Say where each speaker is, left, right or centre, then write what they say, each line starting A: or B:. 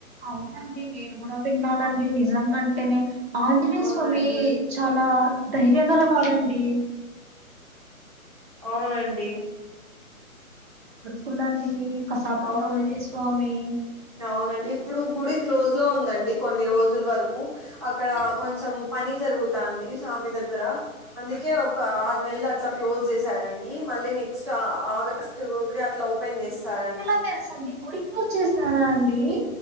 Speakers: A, on the right; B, on the right.
A: అవునండి నేను కూడా విన్నానండి నిజంగంటేనే ఆంజనేయస్వామి
B: అవునండి
A: చాలా ధైర్య గలవాడంండి
B: అవునండి
A: ఫుల్ అండి కసాపురం
B: అవును
A: ఆంజనేయస్వామి
B: అవునండి ఇప్పుడు గుడి క్లోజ్లో ఉందండి కొన్ని రోజుల వరకు అక్కడ
A: ఎందుకు
B: కొంచెం పని జరుగుతాంది స్వామి దగ్గర అందుకే
A: అవునా
B: ఒక ఆరు నెల్లు అట్లా క్లోజ్ చేశారండి మళ్ళీ నెక్స్ట్ ఆగస్ట్‌కి అట్లా ఓపెన్ చేస్తారండి
A: మీకెలా తెలుసండి గుడి‌ క్లోజ్ వచ్చేసారాంండి